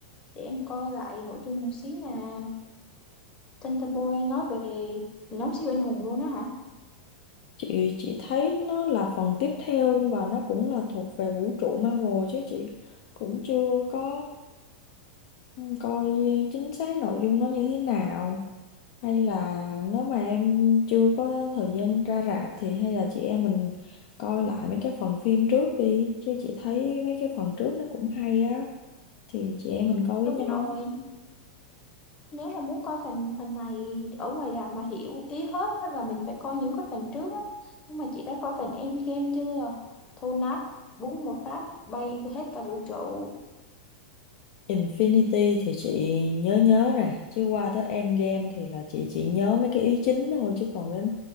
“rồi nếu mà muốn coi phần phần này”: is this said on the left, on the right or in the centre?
Left